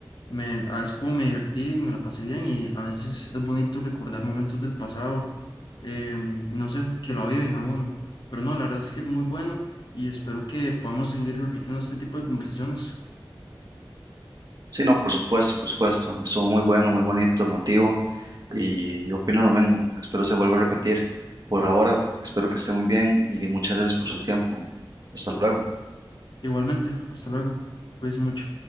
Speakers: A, on the left (about 65°); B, on the right (about 50°).
A: me, así como me divertí, me la pasé bien y a veces es bonito recordar momentos del pasado, eh, no sé, que lo aviven a uno. Pero no, la verdad es que muy bueno y espero que podamos seguir repitiendo este tipo de conversaciones.
B: Sí, no, por supuesto, por supuesto. Estuvo muy bueno, muy bonito, emotivo. y opino lo mismo. Espero se vuelva a repetir. Por ahora, espero que esté muy bien y muchas gracias por su tiempo. Hasta luego.
A: Igualmente, hasta luego. Cuídense mucho.